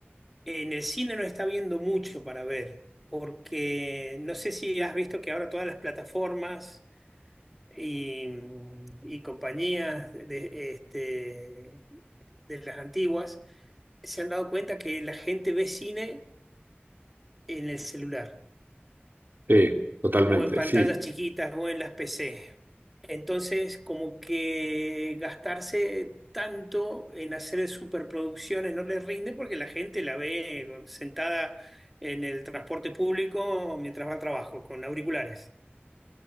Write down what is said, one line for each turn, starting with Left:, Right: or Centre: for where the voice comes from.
Centre: En el cine no está viendo mucho para ver, porque no sé si has visto que ahora todas las plataformas y, y compañías de, este, de las antiguas se han dado cuenta que la gente ve cine en el celular.
Right: Sí, totalmente,
Centre: o en pantallas
Right: sí.
Centre: chiquitas o en las PC. Entonces, como que gastarse tanto en hacer superproducciones no les rinde porque la gente la ve sentada en el transporte público mientras va al trabajo con auriculares.